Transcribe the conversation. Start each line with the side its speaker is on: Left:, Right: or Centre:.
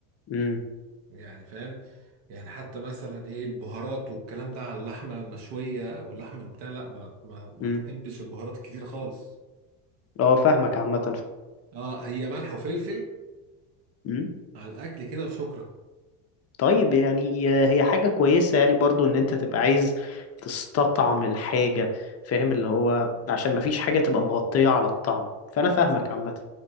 Left: امم
Right: يعني فاهم يعني حتى مثلا ايه البهارات والكلام ده على اللحمه المشويه واللحمه بتاع لا ما ما, ما
Left: امم
Right: بحبش البهارات الكتيره خالص
Left: اه فاهمك عامه
Right: اه هي ملح وفلفل
Left: فاهمك
Right: على الاكل كده وشكرا
Left: طيب يعني هي حاجة كويسة يعني برضو ان انت تبقى عايز تستطعم الحاجة فاهم اللي هو عشان مفيش حاجة تبقى مغطية على الطعم فانا
Right: بالظبط
Left: فاهمك عامة